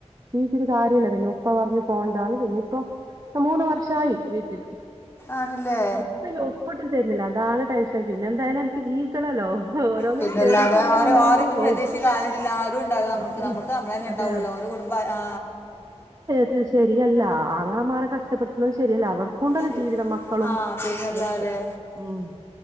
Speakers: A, on the right; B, on the left.
A: ജീവിച്ചിട്ട് കാര്യല്ല പിന്നെ ഇപ്പ പറഞ്ഞു പോണ്ടാണ് പിന്നെ ഇപ്പൊ മൂന്ന് വർഷമായി വീട്ടില്
B: ആണല്ലേ
A: ഇപ്പല്ലെ ഒപ്പ് ഇട്ടും തരുന്നില്ല താണ് ടെൻഷൻ പിന്നെ എന്തായാലും അൻക്ക് ജീവിക്കണല്ലോ ഓരോന്നിന്
B: പിന്നെല്ലാതെ
A: കേറിയിട്ട് ഇങ്ങനെ
B: ആര്
A: മുന്നോട്ട്
B: ഓരൊന്നും
A: പോ
B: പ്രതീക്ഷിച്ച് കാര്യണ്ട ആരും ണ്ടാവൂല നമ്മക്ക്
A: കാര്യല്ല
B: നമ്മക്ക് നമ്മളെന്നെ
A: അതെ
B: ണ്ടാവൊള്ളൂ ഓലെ കുടുംബ ആ
A: ത് ശെരിയല്ല ആങ്ങളമാരെ കഷ്ടപ്പെടുത്തുന്നത് ശെരിയല്ല അവർ ക്കുണ്ടുല്ല
B: ശരി.
A: ജീവിതം മക്കളും
B: ആ പിന്നല്ലാതെ
A: അതൊക്കെ ഉം